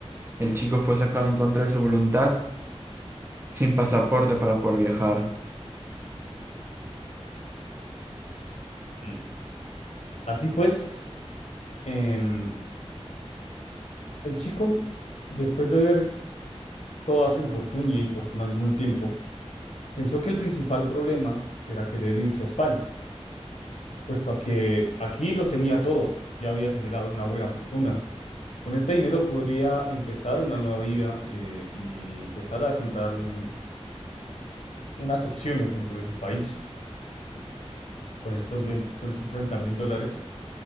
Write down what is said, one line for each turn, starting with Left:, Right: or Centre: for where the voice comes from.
Right: el chico fue sacado en contra de su voluntad, sin pasaporte para poder viajar.
Left: Mm. Así pues, em, el chico, después de ver toda su infortunia y fortuna al mismo tiempo, pensó que el principal problema era querer irse a España puesto a que aquí lo tenía todo, ya había generado una buena fortuna. Con este dinero podría empezar una nueva vida eh, y empezar a sembrar un- unas opciones dentro de su país. Con estos, veinte, con estos treinta mil dólares